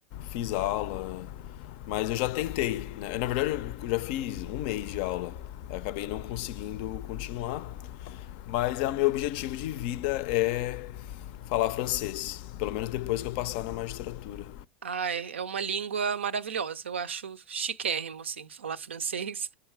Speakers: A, on the left; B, on the right.
A: fiz aula. Mas eu já tentei, né? Na verdade, eu já fiz um mês de aula. Eu acabei não conseguindo continuar. Mas é o meu objetivo de vida é falar francês. Pelo menos depois que eu passar na magistratura.
B: ai, é uma língua maravilhosa. Eu acho chiquérrimo assim falar francês.